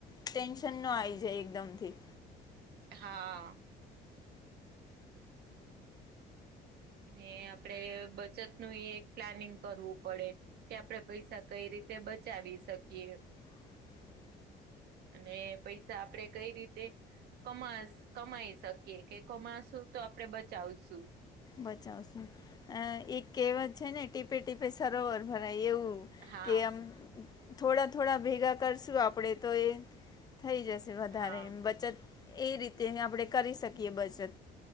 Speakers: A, on the left; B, on the right.
A: ટેન્શન નો આવી જાય એકદમ થી.
B: હા. ને આપડે બચત નું એક પ્લાનિંગ કરવું પડે. કે આપડણે પૈસા કઈ રીતે બચાવી શકીએ.
A: <inaudible>
B: અને પૈસા આપડે કઈ રીતે. કમા કમાઈ શકીએ કે કમાશું તો આપડણે બચાવશું.
A: બચાવશું એક કહેવત છે ને ટીપે ટીપે સરોવર ભરાય એવું.
B: હા
A: કે આમ થોડા થોડા ભેગા કરશું આપડે તો એ થઈ જશે. વધારે
B: હા
A: એમ બચત એ રીતે આપણે કરી શકીએ બચત.